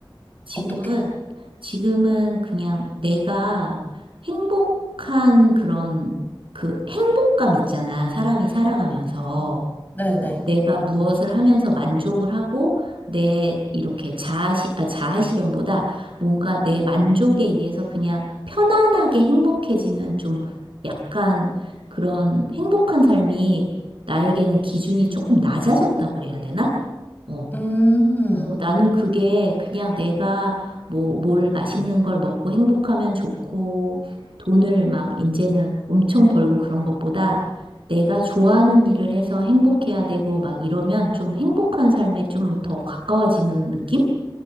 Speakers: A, on the right; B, on the left.
A: 지금은,
B: 어떻게?
A: 지금은 그냥 내가 행복한 그런 그 행복감 있잖아. 사람이 살아가면서.
B: 음. 네네.
A: 어, 내가 무엇을 하면서 만족을 하고 내 이렇게 자아시, 아, 자아실현보다 뭔가 내 만족에 의해서 그냥 편안하게 행복해지는 좀 약간 그런 행복한 삶이 나에게는 기준이 조금 낮아졌다고 그래야 되나? 어.
B: 음,
A: 어, 나는 그게 그냥 내가 뭐, 뭘 맛있는 걸 먹고 행복하면 좋고, 돈을 막 이제는 엄청 벌고 그런 것보다 내가 좋아하는 일을 해서 행복해야 되고 막 이러면 좀 행복한 삶에 좀 더 가까워지는 느낌?